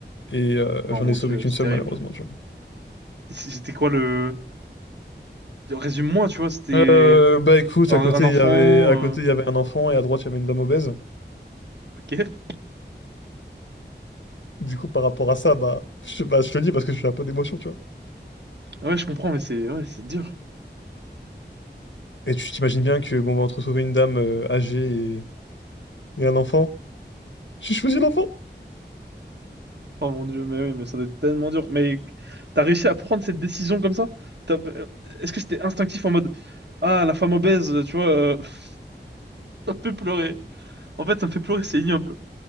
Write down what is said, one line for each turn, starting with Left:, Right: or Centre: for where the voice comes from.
Left: Et euh,
Right: Oh
Left: j'en
Right: mon
Left: ai sauvé
Right: dieu,
Left: qu'une
Right: c'est
Left: seule,
Right: terrible.
Left: malheureusement. tu
Right: C- C'était quoi le... Résume-moi, tu vois, c'était
Left: vois. Euh, bah écoute,
Right: un,
Left: à
Right: un
Left: côté,
Right: enfant...
Left: il y avait, à côté,
Right: euh,
Left: il y avait un enfant et à droite, il y avait une dame obèse.
Right: Ok.
Left: Du coup, par rapport à ça, bah, je, bah, je te le dis parce que j'ai un peu d'émotion, tu vois.
Right: Ouais, je comprends, mais c'est ouais, c'est dur.
Left: Et tu t'imagines bien que, bon, bah, entre sauver une dame euh, âgée et, et un enfant, j'ai choisi l'enfant.
Right: Oh mon Dieu, mais oui, mais ça doit être tellement dur. Mais t'as réussi à prendre cette décision comme ça? T'as- euh, Est-ce que c'était instinctif en mode Ah, la femme obèse, tu vois, euh, <laughs> ça me fait pleurer. En fait, ça me fait pleurer, c'est ignoble.